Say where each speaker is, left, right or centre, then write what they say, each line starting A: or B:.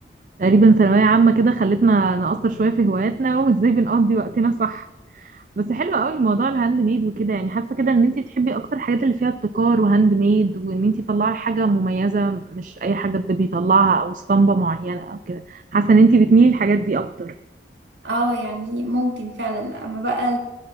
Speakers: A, on the right (about 45°); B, on the right (about 90°).
A: تقريبا ثانويه عامه كده خلتنا نقصر شويه في هواياتنا وازاي بنقضي وقتنا صح بس حلو قوي موضوع الهاند ميد وكده يعني حاسه كده ان انت بتحبي اكتر الحاجات اللي فيها ابتكار وهاند ميد وان انت تطلعي حاجه مميزه مش اي حاجه حد بيطلعها او اسطمبه معينه او كده حاسه ان انت بتميلي الحاجات دي اكتر
B: اه يعني ممكن فعلا اما بقى